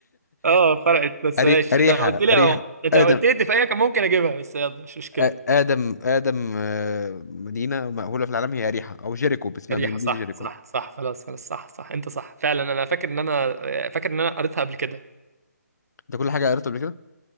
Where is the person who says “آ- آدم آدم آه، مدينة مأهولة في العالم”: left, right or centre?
Left